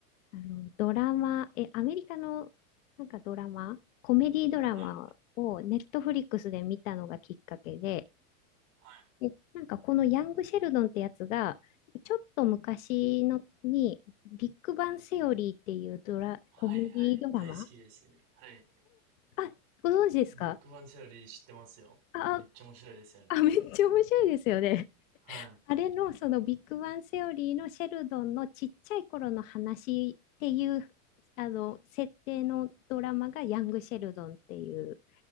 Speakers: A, on the left; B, on the right.
A: あの、ドラマ、え、アメリカの、なんかドラマ、コメディドラマを、
B: はい
A: ネットフリックスで見たのがきっかけで、
B: はい
A: で、なんかこのヤング・シェルドンってやつが、ちょっと昔のに、ビッグバン・セオリーっていうドラ、
B: はいはい大好きですね。
A: コメディドラマ
B: はい。
A: あ、ご存知ですか
B: ビッグバンチャリー知ってますよ。
A: あ、
B: めっちゃ面白いですよね。
A: あ、あめっちゃ面白いですよね。<laughs>
B: は
A: あれのそのビッグバン・セオリーのシェルドンのちっちゃい頃の話っていう、あの、設定のドラマがヤング・シェルドンっていう